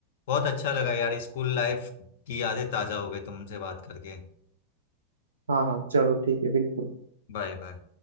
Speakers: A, on the left; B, on the right.
A: बहुत अच्छा लगा यार स्कूल लाइफ की यादें ताजा हो गई तुमसे बात करके
B: हाँ हाँ चलो ठीक है बिल्कुल
A: Bye bye